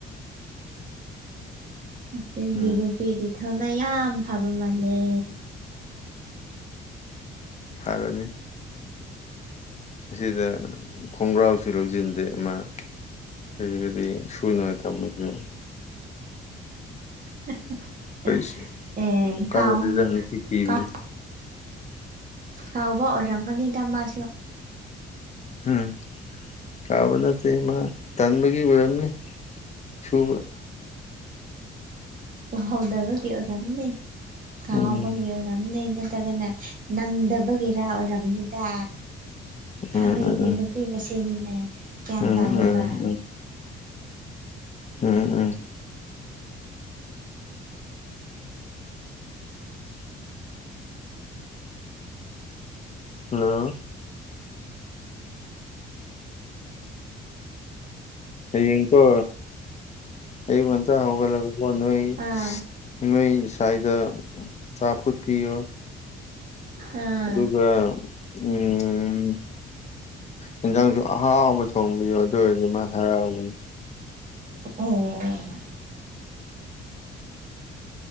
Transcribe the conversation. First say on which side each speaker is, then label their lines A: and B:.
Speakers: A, on the right; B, on the left.
A: ꯅꯪꯒꯤ
B: ꯎꯝ
A: ꯅꯨꯄꯤꯗꯨ_ _ ꯊꯣꯝꯅ ꯌꯥꯝ ꯐꯕ ꯃꯥꯟꯜꯦ꯫
B: ꯐꯔꯅꯤ꯫ ꯑꯁꯤꯗ ꯈꯣꯡꯒ꯭ꯔꯥꯎꯁꯤꯔꯣ ꯖꯤꯟꯗꯤ ꯑꯃꯥ_ _ ꯖꯤꯟꯒꯗꯤ ꯁꯨꯅꯕ ꯊꯃꯣꯏꯗ꯭ꯔꯣ꯫
A: <inaudible>
B: ꯀꯔꯤꯁꯨ
A: ꯑꯦ
B: ꯀꯥꯟꯅꯗꯦꯗ
A: ꯀꯥꯎ
B: ꯅꯨꯄꯤ ꯊꯤꯕꯖꯤ꯫
A: ꯀꯥꯎ ꯀꯥꯎꯕ ꯑꯣꯏꯔꯝꯒꯅꯤꯗ ꯃꯥꯁꯨ꯫
B: ꯍꯝ ꯀꯥꯎꯕ ꯅꯠꯇꯦ ꯃꯥ ꯇꯟꯕꯒꯤ ꯑꯣꯏꯔꯝꯅꯤ꯫ ꯁꯨꯕ
A: ꯎꯍꯧꯗꯕꯒꯤ ꯑꯣꯏꯔꯝꯅꯤ꯫ ꯀꯥꯎꯕꯒꯤ
B: ꯎꯝ
A: ꯑꯣꯏꯔꯝꯅꯤꯗ꯫ ꯅꯠꯇ꯭ꯔꯒꯅꯦ ꯅꯪꯗꯕꯒꯤꯔ ꯑꯣꯏꯔꯝꯅꯤꯗ
B: ꯎꯝ
A: ꯑꯍꯣꯏꯒꯤ
B: ꯎꯝ
A: ꯅꯨꯡ ꯅꯨꯄꯤꯒ ꯁꯦꯝꯃꯤꯅꯦ ꯒ꯭ꯌꯥꯟ
B: ꯎꯝ ꯎꯝ
A: ꯇꯥꯏꯌꯦꯕ꯫
B: ꯎꯝ ꯎꯝ ꯎꯝ꯫ ꯍꯜꯂꯣ ꯍꯌꯦꯡꯀꯣ ꯑꯌꯨꯛ ꯉꯟꯇ ꯍꯧꯒꯠꯂꯒ ꯀꯣ ꯅꯣꯏ꯫
A: ꯑꯥ_ _
B: ꯅꯣꯏ ꯁꯥꯏꯒ ꯆꯥ ꯐꯨꯠꯄꯤꯔꯣ꯫
A: ꯑꯥ
B: ꯑꯗꯨꯒ ꯎꯝ_ _ ꯑꯦꯟꯖꯥꯡꯖꯨ ꯑꯍꯥꯎꯕ ꯊꯣꯡꯕꯤꯌꯣ ꯑꯗꯣ ꯑꯣꯏꯔꯗꯤ ꯃꯥ ꯍꯔꯥꯎꯒꯅꯤ꯫
A: ꯑꯦ